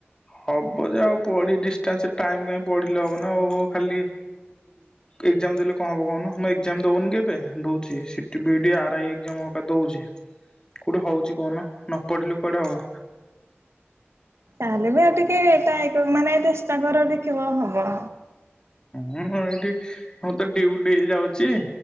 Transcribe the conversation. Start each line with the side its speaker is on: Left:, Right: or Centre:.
Left: ହବ ଯାହ ପଢି ଡିଷ୍ଟାନ୍ସ ଟାଇମ୍ କାଇଁ ପଢିଲେ ହବ ନା ଆଉ। ଖାଲି ଏଗଜାମ୍ ଦେଲେ କଣ ହବ କହୁନ। ମୁଁ ଏଗଜାମ୍ ଦଉନି କି ଏବେ ଦଉଛି। CT, BD, R I exam ହେଇକା ଦଉଛି। କୋଉଠି ହୋଉଛି କହୁନା ନ ପଢିଲେ କୁଆଡେ ହବ।
Right: ତାହେଲେ ବି ଆଉ ଟିକେ ଟାଏ ମାନେ ଚେଷ୍ଟା କର ଦେଖିବ ହବ।
Left: ହୁଁ ଏଇଠି ମୁଁ ତ ଡିଉଟି ଯାଉଛି।